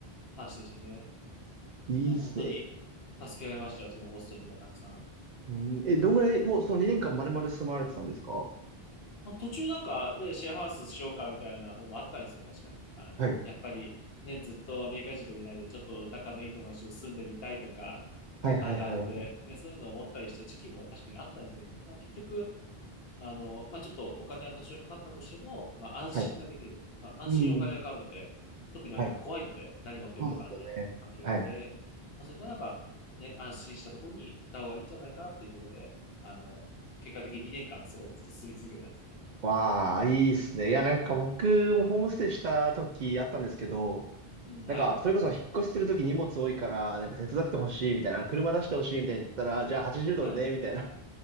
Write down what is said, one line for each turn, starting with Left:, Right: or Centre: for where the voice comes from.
Left: 話でしたね。
Right: いいですね。
Left: いや、本当に助けられましたよ、そのホストにはたくさん。
Right: うーん、え、どんぐらい、
Left: うん。
Right: もうその2年間丸々住まわれてたんですか
Left: まあ、途中なんか、で、シェアハウスしようかみたいなのもあったんですよ、確かに。あの、
Right: はい、
Left: やっぱり、ね、ずっとアメリカ人とかいないで、ちょっと仲のいい友達と住んでみたいとか、
Right: はい、はい、
Left: あるあるで、
Right: はい、はい。
Left: ね、そういうのを思ったりした時期も確かにあったんですけど、まあ、結局、あの、まあ、ちょっとお金は多少かかったとしても、まあ、安心ができる。
Right: はい
Left: まあ、安心にお金が買うので、
Right: うん。
Left: 特にアメリカ怖いので、
Right: はい
Left: 何が起きるかわからない環境なので、
Right: そうですよね。はい。
Left: まあ、それならば、ね、安心したところにいた方がいいんじゃないかっていうことで、あの、結果的に2年間そこに進住み続けたんですね。
Right: わあ、いいっすね。いや、なんか僕もホームステイした時あったんですけど、
Left: うん、はい、
Right: なんか、それこそ引っ越しする時荷物多いから、なんか手伝ってほしいみたいな、あの車出してほしいみたいに言ったら、じゃあ80ドルね、
Left: はい。
Right: みたいな。